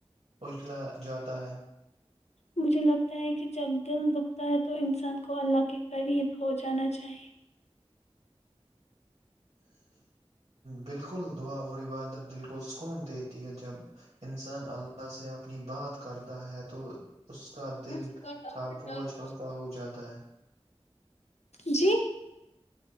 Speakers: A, on the right; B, on the left.
A: اجلا جاتا ہے
B: مجھے لگتا ہے کہ جب دل دکھتا ہے تو انسان کو اللہ کے قریب ہو جانا چاہیے
A: بالکل دعا اور عبادت دل کو سکون دیتی ہے جب انسان اللہ سے آپ اپنی بات کرتا ہے تو اس کا
B: چاہیے
A: دل کا بوجھ ہلکا ہو جاتا ہے
B: جی